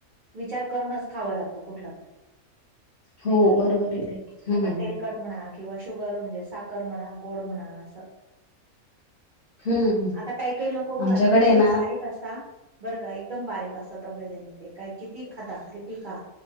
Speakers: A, on the right (about 65°); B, on the left (about 75°).
A: विचार करूनच खावं लागतं कुठलं पण. नाही
B: हो
A: का
B: बरोबर आहे ते,
A: नाही
B: हम्म.
A: का तेलकट म्हणा किंवा शुगर म्हणजे, साखर म्हणा, गोड म्हणा असं.
B: हम्म
A: आता काही-काही लोक बघा
B: आमच्याकडे
A: तब्यतीने
B: आहे ना
A: बारीक कसा बर का एकदम बारीक असा तब्यतीने ते काय किती खाता किती खा.